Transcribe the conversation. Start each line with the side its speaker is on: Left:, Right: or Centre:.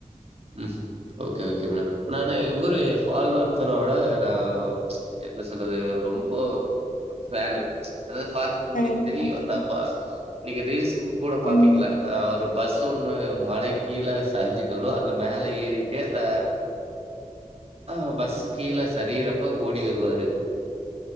Right: ம் ம் ஓகே ஓகே மேடம் நானு இவரு ஃபால் வால்கரோட நா என்ன சொல்றது ரொம்ப அ ஃபேனு அதாது ஃபாஸு உங்களுக்
Left: ஃபேன்
Right: தெரியு
Left: ஓகே.
Right: அந்த ஃபாஸ் நீங்க ரீல்ஸு ம் கூட பாப்பீங்ல்ல
Left: ம்.
Right: அ ஒரு பஸ் ஒன்னு மலைக் கீழ சரிஞ்சிட்டு வரு அது மேல ஏறிட்டு அங்க ஆஹ் பஸ்ஸு கீழ சரிறப்ப ஓடி வருவாரு